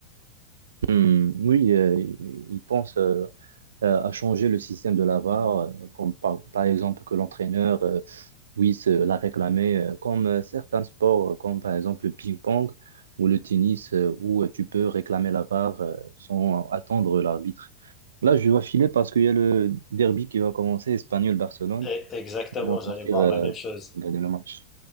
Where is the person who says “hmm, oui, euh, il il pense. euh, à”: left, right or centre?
Right